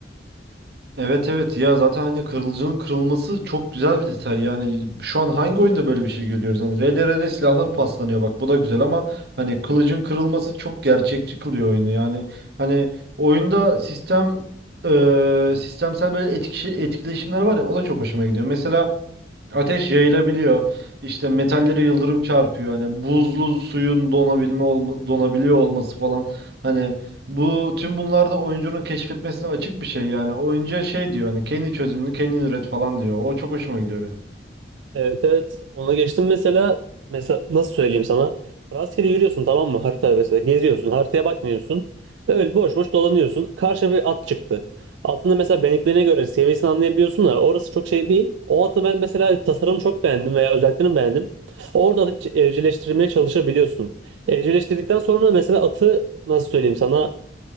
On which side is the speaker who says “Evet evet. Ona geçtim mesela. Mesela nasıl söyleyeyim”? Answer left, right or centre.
Right